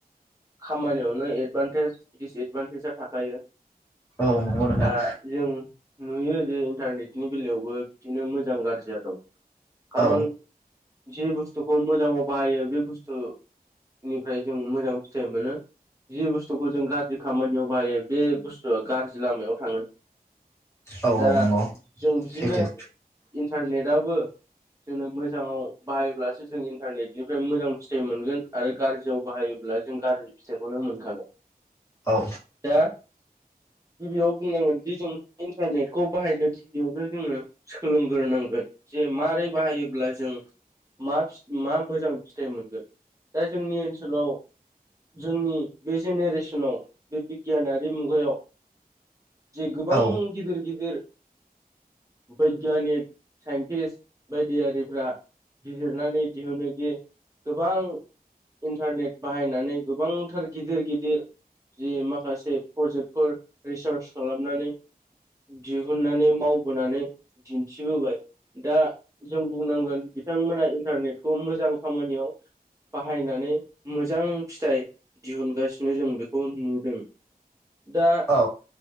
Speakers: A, on the right; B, on the left.
A: खामानियावनो एदभान्टेज दिडिसएदभान्टेजआ थाखायो।
B: औ नंगौ नोंथां
A: दा जों नुयो जे इन्टारनेटनि बेलायावबो बिदिनो मोजां गाज्रिया दं। खारन
B: औ
A: जि बुस्थुखौ मोजाङाव बाहायो बे बुस्थु निफ्राय जों मोजां फिथाइ मोनो। जि बुस्थुखौ जों गाज्रि खामानियाव बाहायो बे बुस थुआ गाज्रि लामायाव थाङो।
B: औ
A: दा
B: नंगौ
A: जों बिदिनो
B: सैथो
A: इन्टारनेटआबो जोंनो मोजाङाव बाहायोब्लासो जों इन्टारनेटनिफ्राय मोजां फिथाइ मोनगोन आरो गाज्रियाव बाहायोब्ला जों गाज्रि फिथाइखौनो मोनखागोन।
B: औ
A: दा गिबियाव बुंनांगोनदि जों इन्टारनेटखौ बाहायनो गिबियावनो जोङो सोलोंग्रोनांगोन जे मारै बाहायोब्ला जों मा फि मा मोजां फिथाइ मोनगोन? दा जोंनि ओनसोलाव जोंनि बे जेनेरेसनाव बे बिगियानारि मुगायाव जे गोबां
B: औ
A: गिदिर गिदिर बैग्यानिक, साइन्टिस्ट बायदियारिफ्रा बिजिरनानै दिहुनो जे गोबां इन्टारनेट बाहायनानै गोबांथार गिदिर गिदिर जि माखासे प्रजेक्टफोर रिसार्च खालामनानै दिहुननानै मावबोनानै दिन्थिबोबाय दा जों बुंनांगोन बिथांमोना इन्टारनेटखौ मोजां खामानियाव बाहायनानै मोजां फिथाइ दिहुनगासिनो जों बेखौ नुदों। दा
B: औ